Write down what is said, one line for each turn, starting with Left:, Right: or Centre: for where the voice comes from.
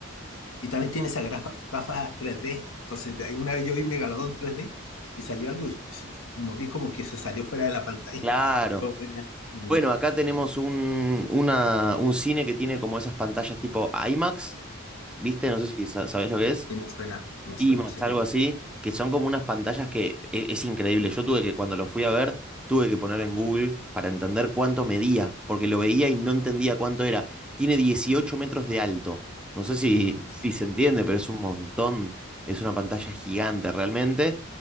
Left: y también tiene esas grafa- gafas 3D. Entonces, de ahí una vez yo vi Megalodón 3D y salió algo y se- como vi como que se salió fuera de la pantalla.
Centre: Claro.
Left: <laughs> Fue buena. Mm,
Centre: Bueno, acá tenemos un, una- un cine que tiene como esas pantallas tipo IMAX, ¿viste? No sé si sa- sabés lo que es.
Left: Sí, me suena, me
Centre: IMAX,
Left: suena, sí.
Centre: algo así, que son como unas pantallas que e- es, increíble. Yo tuve que, cuando lo fui a ver, tuve que poner en Google para entender cuánto medía, porque lo veía y no entendía cuánto era. Tiene 18 metros de alto. No sé si,
Left: Ujú.
Centre: si se entiende, pero es un montón. Es una pantalla gigante realmente.